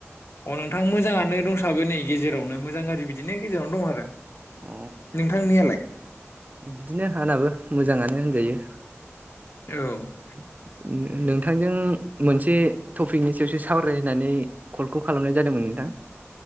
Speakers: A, on the left (about 60°); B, on the right (about 35°).
A: अ नोंथां मोजाङानो दंसाबो नै गेजेरावनो मोजां गारजि बिदिनो गेजेरावनो दं आरो।
B: अ
A: नोंथांनियालाय?
B: बिदिनो आंनाबो मोजाङानो होनजायो।
A: औ
B: नो-नोंथांजों मोनसे टपिकनि सायावसो सावरायनो होननानै कलखौ खालामनाय जादोंमोन नोंथां।